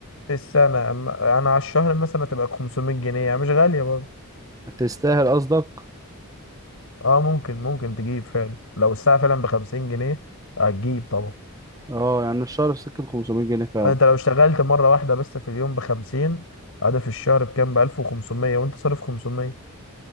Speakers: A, on the left (about 65°); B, on the right (about 15°).
A: في السنة أما يعني على الشهر مثلا تبقى خمسمية جنيه يعني مش غالية برضه
B: تستاهل قصدك
A: اه ممكن ممكن تجيب فعلا لو الساعة فعلا بخمسين جنيه هتجيب طبعا
B: اه يعني الشهر في سكة 500 جنيه فعلا
A: انت لو اشتغلت مرة واحدة بس في اليوم بخمسين هذا في الشهر بكام بألف وخمسمية وانت صارف خمسمية